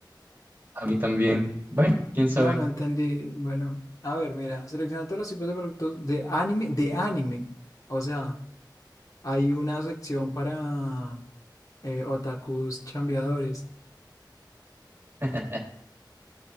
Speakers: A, on the right; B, on the left.
A: A mí también. Bueno, quién
B: No,
A: sabe.
B: no entendí. Bueno, a ver, mira, selecciona todos los tipos de productos de anime, de anime. O sea, hay una sección para eh, otakus chambeadores,
A: <laughs>